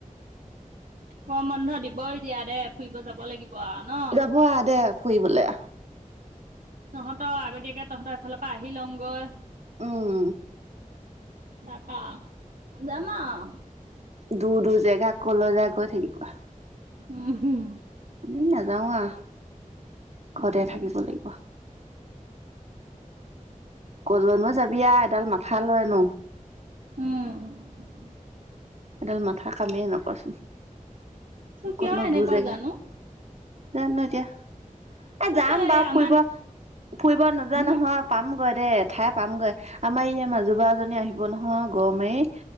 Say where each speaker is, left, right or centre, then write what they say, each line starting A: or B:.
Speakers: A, on the right; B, on the right.
A: গৰম বন্ধ দিবয়ে এতিয়া দে ফুৰিব যাব লাগিব আও ন?
B: যাব আহ দে ফুৰিবলৈ
A: তহঁতৰ আগতীয়াকে তহঁতৰ এফালৰ পৰা আহি লওঁগৈ
B: উম
A: তাপা যাম আও
B: দূৰ দূৰ জেগা ক'লৈ যায় গৈ থাকিব
A: উম হম
B: উম নাযাও আ ঘৰতে
A: উম,
B: থাকিব লাগিব কলনো যাবি এডাল মাথা লয় ন
A: উম
B: এডাল মাথা কামেই নকয়
A: তোৰ কিয়
B: কতনো
A: এনেকুৱা
B: দূৰ জেগা
A: জানো?
B: যানো এতিয়া এ
A: তাৰপিছত
B: যাম বাৰু
A: এই আমাৰ
B: ফুৰিব ফুৰিব নোযোয়া
A: হম,
B: নহয় পামগৈ দেই এঠাই পামগৈ আমাৰ ইয়া মাজু বাজনী আহিব নহয় গৰ মাৰি